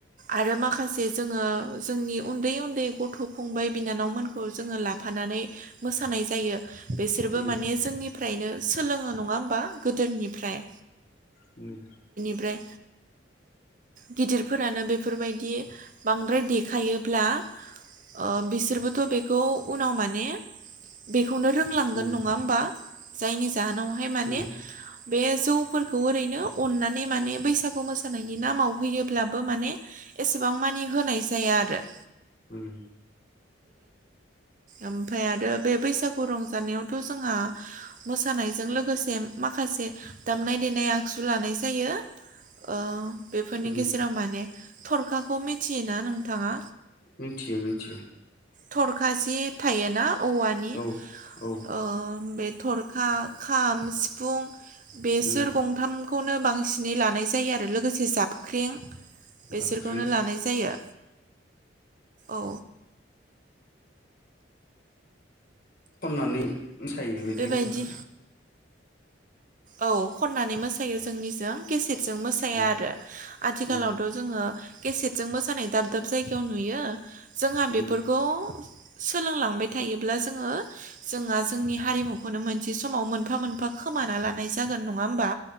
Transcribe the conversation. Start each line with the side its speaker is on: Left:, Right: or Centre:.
Right: आरो माखासे जोङो जोंनि उन्दै उन्दै गथ' फंबाय बिनानावमोनखौ जोङो लाफानानै मोसानाय होननाय जायो। बेसोरबो
Left: उम
Right: माने
Left: नंगौ
Right: जोंनिफ्रायनो सोलोङो नङा होमबा गोदोनिफ्राय
Left: उम।
Right: फ्राय गिदिरफोरानो बेफोरबायदि बांद्राय देखायोब्ला ओ बिसोरबोथ' बेखौ उनाव माने बे खौनो रोंलांगोन
Left: उम
Right: नङा होमबा जायनि जाहोनावहाय माने
Left: उम
Right: बे जौफोरखौ ओैनो अनानै माने बसागु मोसानायनि नामाव होयोब्लाबो माने एसेबां माने होनाय जाया आरो।
Left: उम।
Right: आमफाय आरो बे बैसागु रंजानायावथ' जोंहा मोसानायजों लोगोसे माख खासे दामनाय देनाय आग जु लानाय जायो ओ बेफोरनि
Left: उम
Right: गेजेराव माने थरखाखौ मिथियोना नोंथाङा?
Left: मोनथियो मिनथियो।
Right: थरखासि थायोना औवानि
Left: औ औ
Right: ओ बे थर खा खाम सिफुं बेसोर
Left: उम
Right: गं <unintelligible> खौनो बांसिनै लानाय जायो आरो लोगोसे जाबख्रें बेसोरखौनो
Left: जाबख्रिं
Right: लानाय जायो औ।
Left: खननानै मोसायो मेथाइखौ
Right: बेबायदि
Left: ओमफ्राय
Right: औ खननानै मोसायो जोंनिजों केसेद जों मोसाया
Left: उम
Right: आरो आथिखालावथ'
Left: उम
Right: जोङो केसेटजों मोसानाय दाब-दाब जायगायाव नुयो जोंहा बेफोरखौ
Left: उम
Right: सोलोंलांबाय थायोब्ला जोङो जोंहा जोंनि हारिमुख खौनो मोनसे समाव मोनफा मोनफा खोमाना लानाय जागोन नङा होमबा?